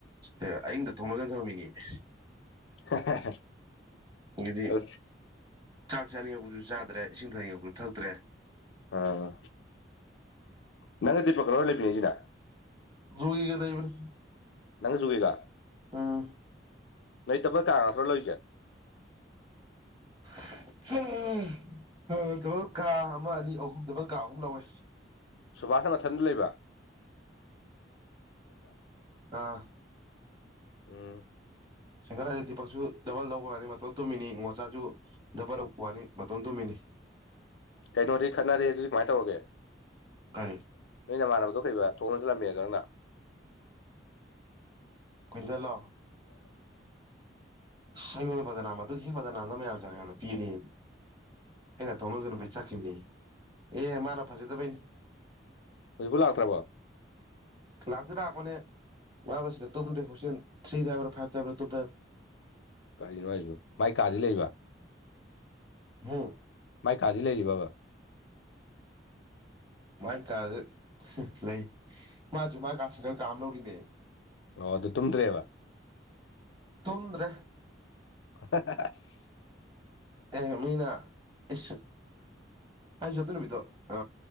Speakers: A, on the right; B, on the left.
A: ꯑꯦ ꯑꯍꯤꯡꯗ ꯊꯣꯡ ꯂꯣꯟꯖꯟ ꯊꯃꯝꯃꯤꯅꯤꯃꯦ
B: <unintelligible>
A: ꯑꯗꯤ
B: ꯑꯁ
A: ꯆꯥꯛ ꯆꯥꯅꯤꯡꯉꯛꯄꯁꯨ ꯆꯥꯗ꯭ꯔꯦ ꯏꯁꯤꯡ ꯊꯛꯅꯤꯡꯉꯛꯄꯁꯨ ꯊꯛꯇ꯭ꯔꯦ
B: ꯑꯥ ꯅꯪꯒ ꯗꯤꯄꯛꯀꯔꯣ ꯂꯩꯃꯤꯟꯅꯩꯁꯤꯅ
A: ꯖꯣꯒꯤꯒ ꯂꯩꯕꯅꯦ
B: ꯅꯪꯒ ꯖꯣꯒꯤꯒ
A: ꯎꯝ
B: ꯂꯩꯇꯕ ꯀꯥ ꯉꯠꯇꯔꯥ ꯂꯧꯔꯤꯁꯦ
A: <unintelligible> ꯗꯕꯜ ꯀꯥ ꯑꯃ ꯑꯅꯤ ꯑꯍꯨꯝ ꯗꯕꯜ ꯀꯥ ꯑꯍꯨꯝ ꯂꯧꯋꯦ
B: ꯁꯨꯕꯥꯁꯅ ꯃꯊꯟꯗ ꯂꯩꯕ꯭ꯔꯥ
A: ꯑꯥ
B: ꯎꯝ
A: ꯁꯤꯡꯒꯜ ꯍꯥꯏꯁꯦ ꯗꯤꯄꯛꯁꯨ ꯗꯕꯜ ꯂꯧꯕ ꯋꯥꯅꯦ ꯃꯇꯣꯟ ꯇꯨꯝꯃꯤꯅꯤ ꯉꯣꯆꯥꯁꯨ ꯗꯕꯜ ꯂꯧ ꯋꯥꯅꯤ ꯃꯇꯣꯟ ꯇꯨꯝꯃꯤꯅꯤ
B: ꯀꯩꯅꯣꯗꯤ ꯈꯠꯅꯔꯦ ꯗꯨꯗꯤ ꯀꯃꯥꯏꯅ ꯇꯧꯔꯒꯦ
A: ꯀꯔꯤ
B: ꯅꯣꯏ ꯃꯥꯟꯅꯕꯗꯣ ꯀꯩꯕ ꯊꯣꯡ ꯂꯣꯟꯖꯜꯂꯝꯃꯦꯗꯣ ꯅꯪꯅ
A: ꯀ꯭ꯋꯤꯟꯇꯟꯂꯣ ꯏꯁ ꯑꯩꯉꯣꯟꯗ ꯕꯗꯅꯥꯝ ꯑꯗꯨꯒꯤ ꯍꯦꯛ ꯕꯗꯅꯥꯝꯗꯣ ꯃꯌꯥꯝ ꯆꯪꯉ ꯑꯩꯉꯣꯟꯗ ꯄꯤꯕꯅꯦ ꯑꯩꯅ ꯊꯣꯡ ꯂꯣꯟꯖꯜꯂꯝꯕꯩ ꯆꯠꯈꯤꯕꯅꯦ ꯑꯦ ꯃꯥꯅ ꯐꯖꯗꯕꯩꯅꯤ
B: ꯍꯧꯖꯤꯛꯐꯥꯎ ꯂꯥꯛꯇ꯭ꯔꯕꯣ
A: ꯂꯥꯛꯇꯤ ꯂꯥꯛꯄꯅꯦ ꯃꯥꯗꯣ ꯁꯤꯗ ꯇꯨꯝꯗꯦ ꯍꯣꯏꯇꯦꯟ ꯊ꯭ꯔꯤꯗ ꯍꯥꯏꯕ꯭ꯔꯥ ꯐꯥꯏꯚꯇ ꯍꯥꯏꯕ꯭ꯔꯥ ꯇꯨꯝꯃꯦ ꯍꯥꯏꯝ
B: ꯀꯔꯤꯅꯣ ꯍꯥꯏꯁꯤꯕꯨ ꯃꯥꯏ ꯀꯥꯗꯤ ꯂꯩꯕ
A: ꯍꯨꯡ
B: ꯃꯥꯏ ꯀꯥꯗꯤ ꯂꯩꯔꯤꯕꯕ
A: ꯃꯥꯥꯏ ꯀꯥꯁꯦ ꯂꯩ ꯃꯥꯁꯨ ꯃꯥꯏ ꯀꯥꯥ ꯁꯤꯡꯒꯜ ꯀꯥ ꯑꯃ ꯂꯧꯔꯤꯅꯦ
B: ꯑꯣ ꯑꯗꯨ ꯇꯨꯝꯗ꯭ꯔꯦꯕ
A: ꯇꯨꯝꯗ꯭ꯔꯦ
B: <unintelligible>
A: ꯑꯦ ꯃꯤꯅ ꯏꯁ ꯑꯩꯁꯨ ꯑꯗꯨ ꯅꯨꯃꯤꯠꯇꯣ ꯑ